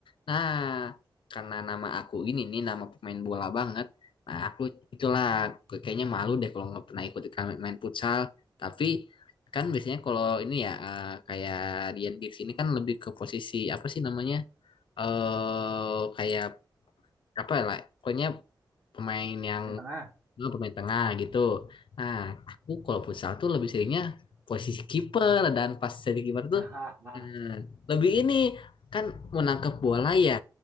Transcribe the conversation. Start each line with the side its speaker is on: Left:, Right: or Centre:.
Left: Nah, karena nama aku ini nih nama pemain bola banget. Nah, aku itulah kayaknya malu deh kalau nggak pernah ikut ikut main futsal. Tapi kan biasanya kalau ini ya eh, kayak Dian Gigs ini kan lebih ke posisi apa sih namanya? eh kayak apa lah pokoknya pemain yang
Right: main tengah
Left: eh, pemain tengah gitu. Nah, aku kalau futsal tuh lebih seringnya posisi kiper dan pas jadi kiper
Right: <laughs> Hahaha.
Left: tuh eh, lebih ini kan mau nangkep bola ya.